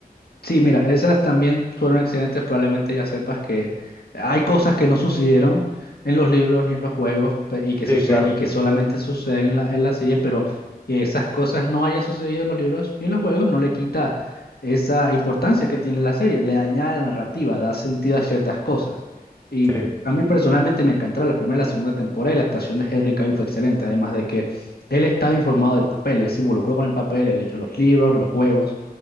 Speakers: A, on the left; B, on the left.
A: Sí, mira, esas también fueron excelentes. Probablemente ya sepas que hay cosas que no sucedieron en los libros ni en los juegos pe- y que
B: Sí,
A: sucede,
B: claro.
A: y que solamente suceden en la, en la serie, pero que esas cosas no hayan sucedido en los libros ni en los juegos no le quita esa importancia que tiene la serie, le añade la narrativa, da sentido a ciertas cosas. Y
B: Sí.
A: a mí personalmente me encantó la primera y la segunda temporada y la actuación de Henry Cavill fue excelente, además de que él estaba informado del papel, él se involucró con el papel, él leyó los libros, los juegos